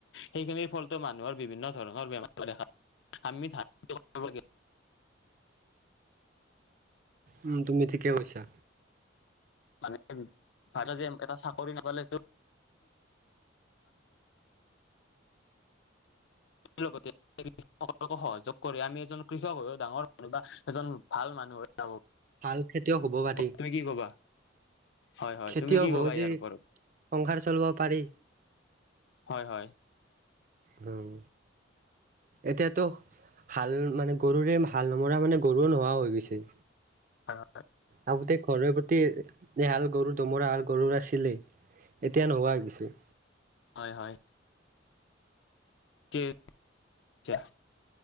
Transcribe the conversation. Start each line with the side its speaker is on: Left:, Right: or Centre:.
Left: সেইখিনিৰ ফলটো মানুহৰ বিভিন্ন ধৰণৰ বেমাৰ <inaudible>
Right: উম তুমি ঠিকে কৈছা।
Left: মানে ভাইদ যে এটা চাকৰি নাপালে তো লগতে <inaudible> সহযোগ কৰি আমি এজন কৃষক হৈ ডাঙৰ মানুহ বা এজন ভাল মানুহ হৈ যাব
Right: ভাল খেতিয়ক হব বাদেই।
Left: তুমি কি ক'বা? হয় হয়
Right: খেতিয়ক
Left: তুমি কি
Right: হ
Left: ক'বা
Right: যি
Left: ইয়াৰ ওপৰত?
Right: সংসাৰ চলাব পাৰি।
Left: হয় হয়।
Right: উম। এতিয়াতো হাল মানে গৰুৰে হাল নমৰা মানে গৰুও নোহোৱা হৈ গৈছে।
Left: হা আ
Right: আগোতে ঘৰৰ প্ৰতি এই হাল গৰু দমৰা হাল গৰুৰ আছিলেই, এতিয়া নোহোৱা হৈ গৈছে।
Left: হয় হয়। তিতা।